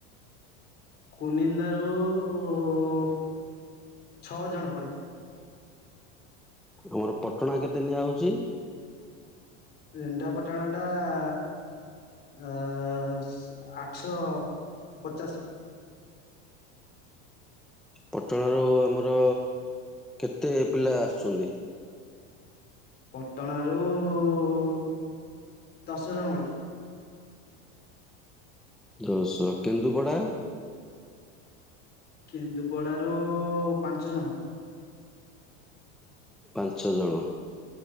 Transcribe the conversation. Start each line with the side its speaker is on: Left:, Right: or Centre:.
Left: କୁ ନିନ୍ଦା ରୁ ଉ ଛଅ ଜଣ ଭଳି।
Centre: ଆମର ପଟଣା କେତେ ନିଆ ହଉଚି।
Left: ରେଦ୍ଦା ପାଟଣା ଟା ଆ ଆ ସ ଆଠଶହ ପଚାଶ।
Centre: ପଟଣାରୁ ଆମର କେତେ ପିଲା ଆସୁଛନ୍ତି।
Left: ପଟଣାରୁ ରୁ ଉ ଦଶ ଜଣ ଭଳି।
Centre: ଦଶ କେନ୍ଦୁପଡ଼ା।
Left: କେନ୍ଦୁପଡ଼ା ରୁ ଉ ପାଞ୍ଚ ଜଣ।
Centre: ପାଞ୍ଚ ଜଣ।